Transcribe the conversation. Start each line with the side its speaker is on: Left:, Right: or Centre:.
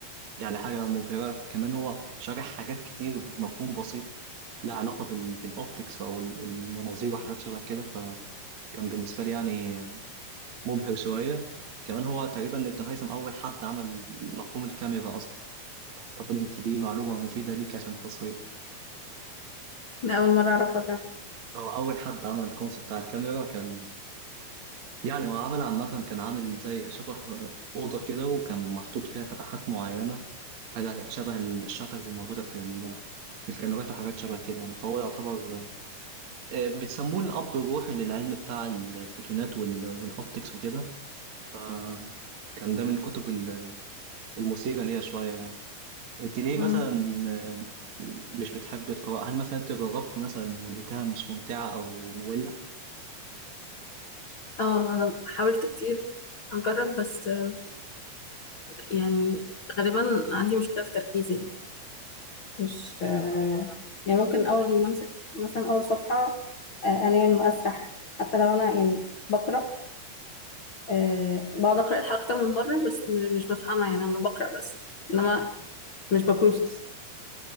Right: يعني حاجة مبهرة كمان هو شارح حاجات كتير بمفهوم بسيط لها علاقة بال... بالأوبتكس أو ال- المناظير وحاجات شبه كده فكان بالنسبة لي يعني مبهر شوية كمان هو تقريبا ابن هيثم أول حد عمل مفهوم الكاميرا أصلا أعتقد أنت دي معلومة مفيدة ليك عشان التصوير
Left: ده اول مرة اعرفها فعلا
Right: هو أول حد عمل الكونسيبت بتاع الكاميرا كان يعني هو عمل عامة كان عامل زي شبه أوضة كده وكان محطوط فيها فتحات معينة حاجة شبه الشاترز الموجودة في ال... في الكاميرات وحاجات شبه كده يعني فهو يعتبر آه، بيسموه الأب الروحي للعلم بتاع الفوتونات وال... والأوبتكس وكده فكان ده من الكتب ال- المثيرة ليا شوية يعني. انت ليه
Left: مم.
Right: مثلا مش بتحب القراءة هل مثلا انت جربتي مثلا ولقيتها مش ممتعة او مملة
Left: اه انا حاولت كتير اجرب بس آه، يعني غالبا عندي مشكلة في تركيزي يعني مش آه، يعني ممكن اول ما امسك مثلا اول صفحة آه، انام اسرح حتى لو انا يعني بقرأ آه، بقعد أقرأ الحلقة أكتر من مرة بس م- مش بفهمها يعني أنا بقرأ بس إنما مش ببروسس